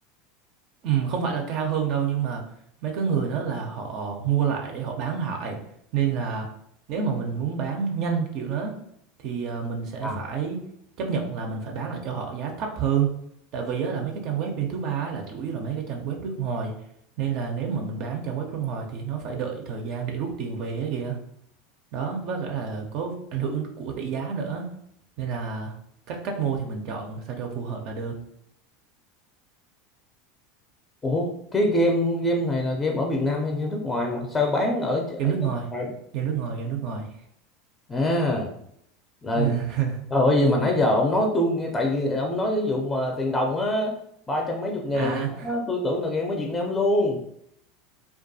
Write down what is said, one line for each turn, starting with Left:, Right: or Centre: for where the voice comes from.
Right: Ừ, không phải là cao hơn đâu nhưng mà mấy cái người đó là họ mua lại để họ bán lại nên là nếu mà mình muốn bán nhanh kiểu đó thì ờ, mình sẽ
Left: À,
Right: phải chấp nhận là mình phải bán lại cho họ giá thấp hơn tại vì á, là mấy cái trang web bên thứ ba á là chủ yếu là mấy cái trang web nước ngoài nên là nếu mà mình bán trang web nước ngoài thì nó phải đợi thời gian để rút tiền về ấy kìa đó với cả là có ảnh hưởng của tỷ giá nữa nên là cách cách mua thì mình chọn sao cho phù hợp là được
Left: Ủa, cái game game này là game ở Việt Nam hay game nước ngoài mà sao bán ở ch- ở
Right: game nước
Left: nước
Right: ngoài
Left: ngoài?
Right: game nước ngoài game nước ngoài
Left: À, là
Right: À,
Left: trời
Right: <laughs>
Left: ơi vậy mà nãy giờ ông nói tôi nghe tại vì ông nói ví dụ mà tiền đồng á ba trăm mấy chục ngàn
Right: à
Left: á, tôi tưởng là game ở Việt Nam luôn